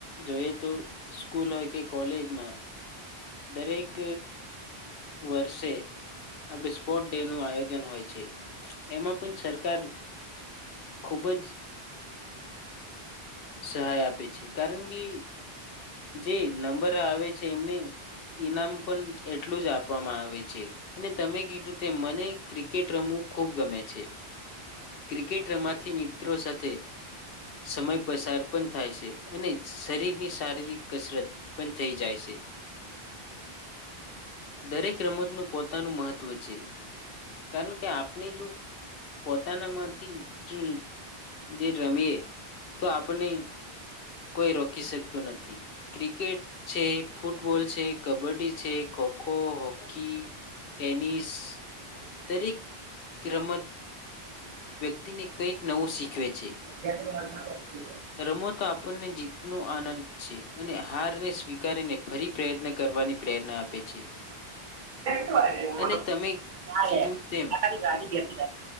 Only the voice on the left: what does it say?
જોઈએ તો સ્કૂલ હોય કે કોલેજમાં દરેક વર્ષે આપડ સ્પોર્ટ ડે નું આયોજન હોય છે એમાં પણ સરકાર ખૂબ જ. સહાય આપે છે કારણ કે જે નંબર આવે છે એમને. ઈનામ પણ એટલું જ આપવામાં આવે છે. અને તમે કીધું કે મને ક્રિકેટ રમવું ખૂબ ગમે છે. ક્રિકેટ રમાથી મિત્રો સાથે. સમય પસાર પણ થાય છે અને શરીરની શારીરિક કસરત પણ થઈ જાય છે. દરેક રમતનું પોતાનું મહત્વ છે. કર કે આપની જો. પોતાનામાંથી જો જે રમીએ તો આપણે. કોઈ રોકી શકતું નથી ક્રિકેટ છે ફૂટબોલ છે કબડ્ડી છે ખો. ખોખો હોકી ટેનિસ દરેક રમત. વ્યક્તિને કંઈક નવું શીખવે છે.
રમો તો આપણને જીતનો આનંદ છે અને હારને સ્વીકારીને ફરી પ્રયત્ન કરવાની. પ્રેરણા આપે છે
અને તમે
કીધું તેમ